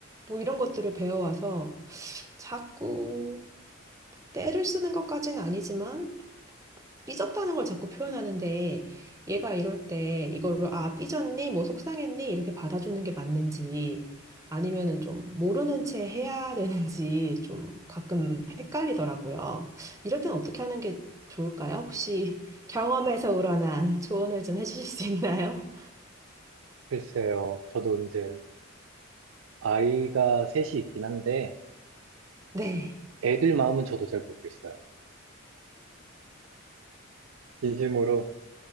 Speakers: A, on the right; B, on the right.
A: 뭐 이런 것들을 배워와서 자꾸 때를 쓰는 것까지는 아니지만, 삐졌다는 걸 자꾸 표현하는데 얘가 이럴 때 이거를 아 삐졌니 뭐 속상했니 이렇게 받아주는 게 맞는지 아니면은 좀 모르는 채 해야 되는지 좀 가끔 헷갈리더라고요. 이럴 땐 어떻게 하는 게 좋을까요? 혹시 경험에서 우러난 조언을 좀 해주실 수 있나요?
B: 글쎄요. 저도 이제 아이가 셋이 있긴 한데,
A: <laughs> 네.
B: 애들 마음은 저도 잘 모르겠어요. 진심으로